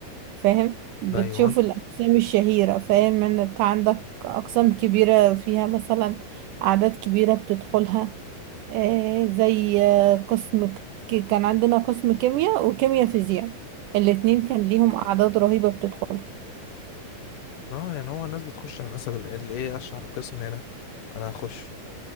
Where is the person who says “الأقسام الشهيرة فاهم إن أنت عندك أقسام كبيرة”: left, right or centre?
Right